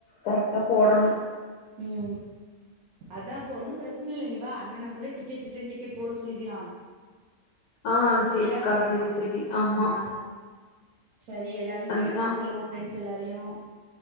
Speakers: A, on the left (about 85°); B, on the right (about 75°).
A: கரெக்டா போடணு
B: ம் அதா இப்போ ஒன்னு பிரச்சன இல்ல நீவா அண்ணன கூட டிக்கெட் ரிட்டன் டிக்கெட் போட சொல்லிக்கலா
A: ஆ
B: செரியா
A: சேரிக்கா சேரி சேரி ஆமா
B: ஆ செரி எல்லாரையு
A: அதுதா
B: கேட்டன் சொல்லு ஒ ஃப்ரெண்ட்ஸ் எல்லாரையு